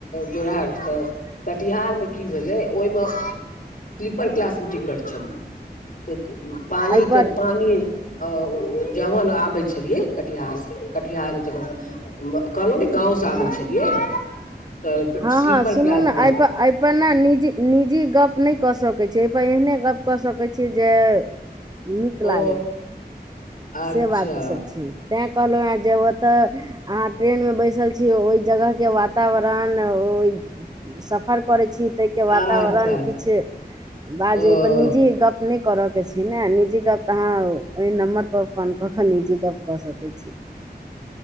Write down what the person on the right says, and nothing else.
एहिपर
हँ
हँ
हँ सुनू
एहि
पर एहि पर ना निजी निजी गप नइ कऽ सकैत छ एहिपर एहने गप कऽ सकैत छियै जे नीक लागे
से बात सब छै तैय कहलहु हँ जे ओ तऽ अहाँ ट्रेन मे बैसल छी ओहि जगह के वातावरण ओहि सफर करै छी ताहिके वातावरण
किछ बाजू
ओहिपर निजी गप नइ करअ के छै न निजी गप त अहाँ ओहि नम्बर पर फोन कऽ कऽ निजी गप कऽ सकै छी